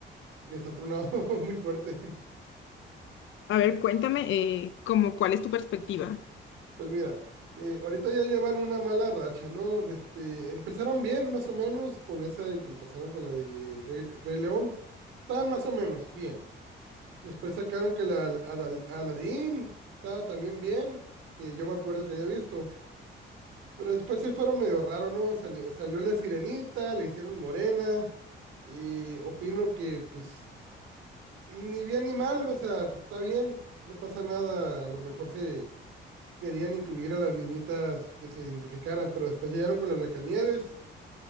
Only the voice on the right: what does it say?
les ha tronado <laughs> muy fuerte.
Pues mira, eh, ahorita ya llevan una mala racha, ¿no? De Este, empezaron bien, más o menos, con esa de que empezaron con la de Rey, Rey León. Estaban más o menos bien. Después sacaron que la Al- Adal- Aladdin estaba también bien, que yo me acuerdo que había visto. Pero después se fueron medio raro, ¿no? Sali- salió la sirenita, le hicieron morena. Y opino que, pues, ni bien ni mal, o sea, está bien, no pasa nada. A lo mejor se querían incluir a las niñitas que se identificaran, pero después llegaron con la Blancanieves